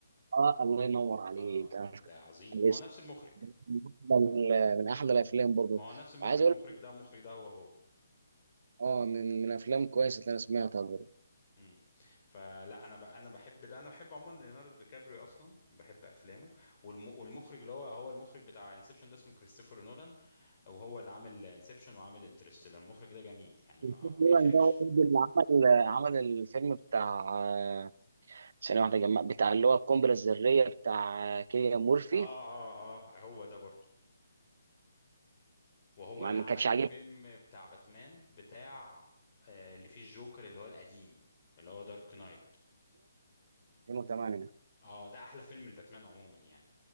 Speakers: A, on the right; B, on the left.
A: اه الله ينور عليك
B: اه
A: انا مش
B: ده
A: فاكر
B: عظيم
A: الاسم.
B: هو نفس المخرج
A: من احلى من أحلى الافلام برضه
B: ما هو نفس المخرج
A: وعايز اقول
B: مخرج ده ومخرج ده هو هو
A: اه من من افلام كويسه اللي انا سمعتها برضه
B: امم فلا انا ب... انا بحب ده انا بحب عموما ليوناردو دي كابريو اصلا بحب افلامه والم... والمخرج اللي هو هو المخرج بتاع انسبشن ده اسمه كريستوفر نولان وهو اللي عامل انسبشن وعامل انترستيلر المخرج ده جميل يعني ما
A: تقريباً
B: بيخرجش
A: ده هو برضه اللي عمل عمل الفيلم بتاع آه، ثانية واحدة جمع بتاع اللي هو القنبلة الذرية بتاع آه، كيليان مورفي
B: اه اه اه هو ده برضه وهو
A: ما
B: اللي
A: ما
B: عمل
A: كانش عاجبني
B: فيلم بتاع باتمان بتاع آه اللي فيه الجوكر اللي هو القديم اللي هو دارك نايت
A: 2008
B: اه ده احلى فيلم الباتمان عموما يعني